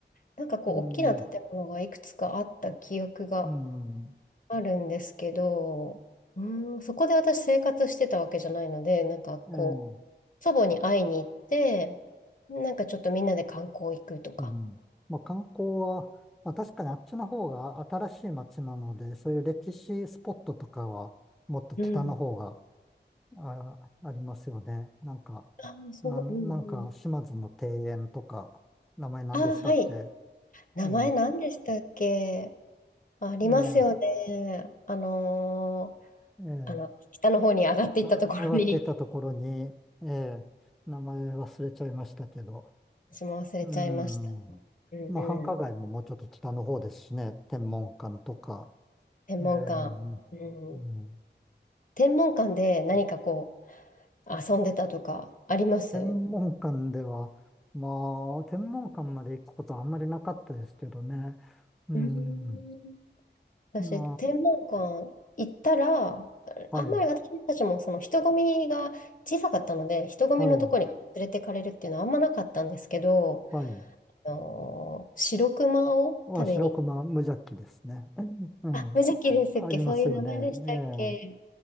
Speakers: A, on the left (about 45°); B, in the centre.
A: なんかこう、
B: うん。
A: 大きな建物がいくつかあった記憶が
B: うん。
A: あるんですけど、うーん、そこで私生活してたわけじゃないので、なんかこう、
B: ええ。
A: 祖母に会いに行って、なんかちょっとみんなで観光行くとか。
B: うん。まあ、観光は、まあ、確かにあっちの方が新しい街なので、そういう歴史スポットとかはもっと北の方が
A: うん。
B: あ、ありますよね。なんか、
A: あ、そう、
B: なん、
A: うんうん。
B: なんか島津の庭園とか、名前何でしたっけ
A: あ、はい。名前何でしたっけ
B: ええ
A: ありますよね。
B: ええ
A: あのー
B: ええ
A: あの、北の方に上がっていったところに、
B: あ、上がってたところに、ええ名前忘れちゃいましたけど。
A: 私も忘れちゃいました。
B: うん。
A: うんうん。
B: まあ、繁華街ももうちょっと北の方ですしね、天文館とか。
A: 天文館。
B: ええ
A: うん。
B: うん
A: 天文館で何かこう、遊んでたとかありますう
B: 天文館では、まあ、天文館まで行くことはあんまりなかったですけどね。うん。
A: ーん。私、
B: ま
A: 天文館行ったら、
B: あ、
A: あんまり私たちもその人混みが小さかったので、
B: はい、
A: 人混みのとこに連れてかれるっていうのはあんまなかったんですけど、
B: はい、はい。
A: あのー白熊を食べに行っ
B: まあ、白熊無邪気ですね。うん。
A: あ、
B: うん
A: 無邪気ですっけそういう名前でしたっけ
B: ありますよね。え